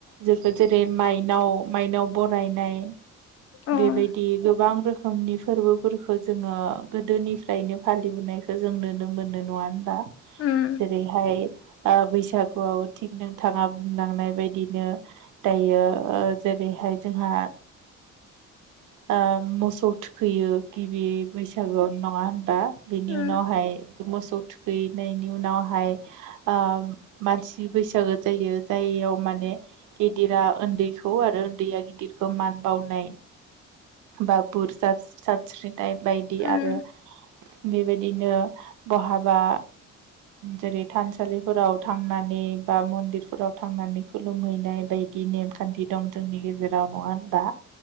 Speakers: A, on the right; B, on the left.
A: जङो जेरै माइ नाव माइनाव बरायनाय
B: अ
A: बेबायदि गोबां रोखोमनि फोरबोफोरखौ जोङो गोदोनिफ्रायनो फालिबोनायखौ जों नुनो मोनो नङा नङा होनबा
B: औ नंगौ
A: जेरैहाय ओ बैसागुआव थिग नोंथाङा बुंलांनाय बायदिनो दायो ओ जेरै हाय जोंहा ओ मोसौ थुखैयो गिबि बैसागु नङाषहोनबा बिनि
B: ओं
A: उनावहाय मोसौ थुखैनायनि उनावहाय ओ मानसि बैसागो जायो जाययाव माने गिदिरा ओन्दैखौ आरो ओन्दैया गिदिर मान बावनाय बा बोर सारस्रि नाइ बायदि
B: ओं
A: आरो बेबायदिनो बहाबा जेरै थानसालिफोराव थांनानै बा मन्दिरफोराव थांनानै खुलुमहैनाय बायदि नेमखान्थि दं जोंनि गेजेराव नङा होनबा